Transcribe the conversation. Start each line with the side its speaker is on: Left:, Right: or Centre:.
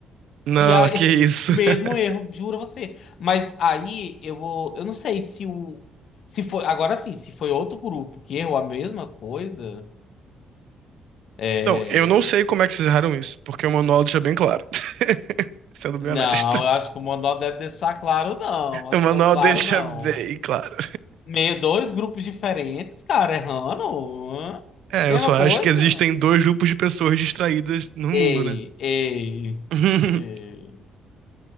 Right: Não,
Left: E aí,
Right: que
Left: <laughs>
Right: isso.
Left: mesmo
Right: <laughs>
Left: erro, juro a você. Mas aí eu vou, eu não sei se o, se foi, agora sim, se foi outro grupo que errou a mesma coisa. É,
Right: Então, eu não sei como é que vocês erraram isso, porque o manual deixa bem claro. <laughs> Sendo bem
Left: Não,
Right: honesto.
Left: eu acho que o Monó deve deixar claro, não. Assim,
Right: O manual
Left: tão claro,
Right: deixa
Left: não.
Right: bem claro.
Left: Meio dois grupos diferentes, cara, errando. hã?
Right: É,
Left: Mesma
Right: eu só acho
Left: coisa.
Right: que existem dois grupos de pessoas distraídas no mundo,
Left: Ei,
Right: né?
Left: ei,
Right: <laughs>
Left: ei.